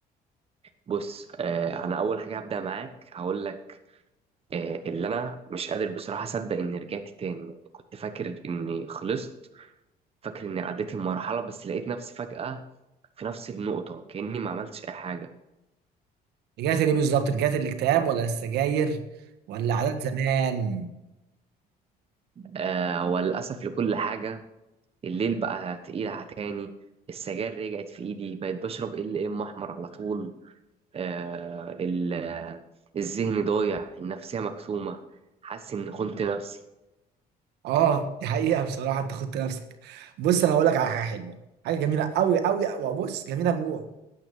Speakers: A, on the right; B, on the right.
A: بص آه انا اول حاجة هبدأ معاك هقول لك اللي انا مش قادر بصراحة اصدق اني رجعت تاني يعني كنت فاكر اني خلصت فاكر إني عديت المرحلة بس لقيت نفسي فجأة في نفس النقطة كأني ما عملتش أي حاجة
B: رجعت ليه بالظبط؟ رجعت الاكتئاب ولا السجاير ولا عادات زمان؟
A: آه وللأسف لكل حاجة الليل بقى تقيل على تاني السجاير رجعت في إيدي بقيت بشرب ال ام أحمر على طول آه ال- آه، الذهن ضايع النفسية مكتومة حاسس إني خنت نفسي
B: اه دي حقيقة بصراحة انت خدت نفسك بص انا هقول لك على حاجة حلوة حاجة جميلة قوي قوي وبص جميلة موت